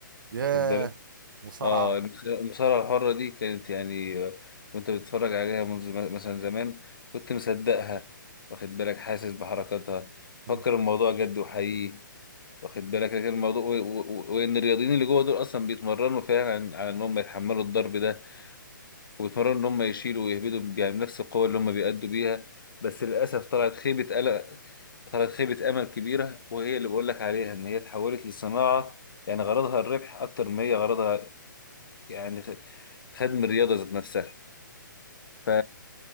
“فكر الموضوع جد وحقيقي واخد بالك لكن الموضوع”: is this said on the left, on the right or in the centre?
Left